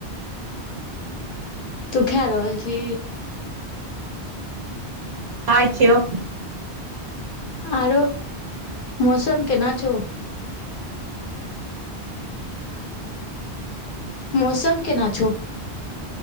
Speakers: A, on the left; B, on the right.
A: तू खा रहल छै।
B: खाइ छियों।
A: आरो मौसम केना छै।
B: <inaudible>
A: मौसम केना छै।